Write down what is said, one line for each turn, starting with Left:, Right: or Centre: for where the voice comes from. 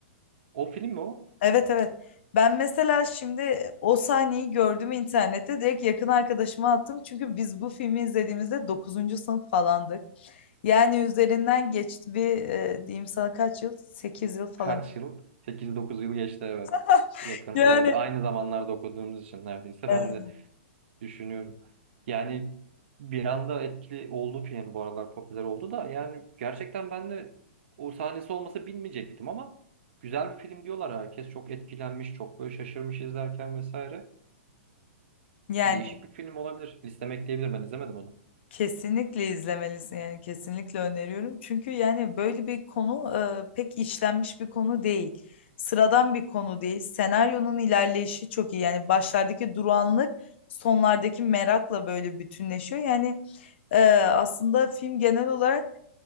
Right: O film mi o?
Left: Evet evet. Ben mesela şimdi o sahneyi gördüm internette direkt yakın arkadaşıma attım. Çünkü biz bu filmi izlediğimizde dokuzuncu sınıf falandık. Yani üzerinden geçti bir e, diyeyim sana kaç yıl? sekiz yıl falan.
Right: Kaç yıl? Sekiz, dokuz yıl geçti evet.
Left: <laughs>
Right: Yakın.
Left: Yani
Right: Ve aynı zamanlarda okuduğumuz için neredeyse
Left: e,
Right: ben de Düşünüyorum. Yani bir anda etkili oldu film bu aralar popüler oldu da yani gerçekten ben de o sahnesi olmasa bilmeyecektim ama güzel bir film diyorlar. Herkes çok etkilenmiş, çok böyle şaşırmış izlerken vesaire.
Left: yani
Right: Değişik bir film olabilir. Listeme ekleyebilir. Ben izlemedim onu.
Left: Kesinlikle izlemelisin yani kesinlikle öneriyorum. Çünkü yani böyle bir konu e, pek işlenmiş bir konu değil. Sıradan bir konu değil. Senaryonun ilerleyişi çok iyi. Yani başlardaki durağanlık sonlardaki merakla böyle bütünleşiyor. Yani e, aslında film genel olarak